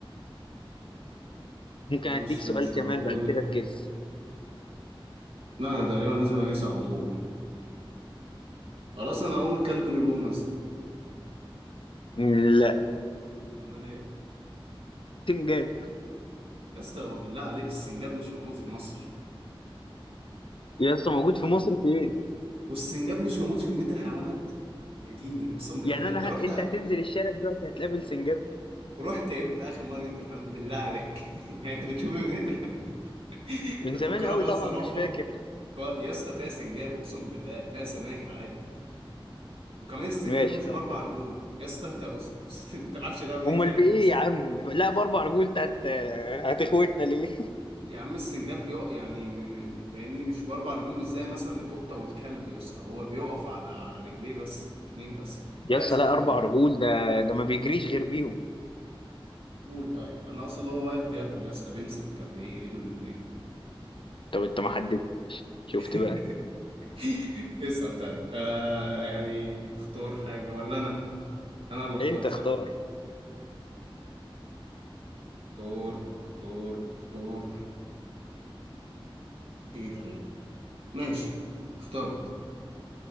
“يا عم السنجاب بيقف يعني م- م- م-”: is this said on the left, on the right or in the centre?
Right